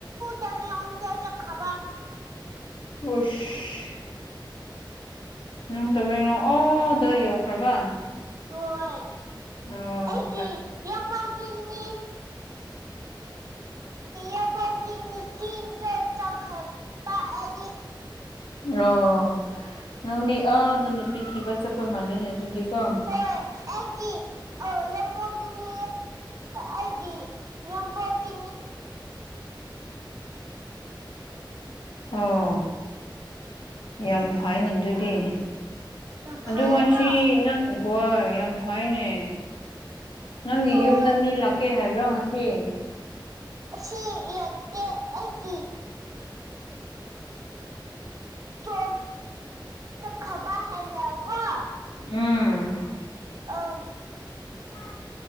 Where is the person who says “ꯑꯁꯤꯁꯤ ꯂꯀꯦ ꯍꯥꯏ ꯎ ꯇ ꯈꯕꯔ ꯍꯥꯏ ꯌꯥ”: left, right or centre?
Right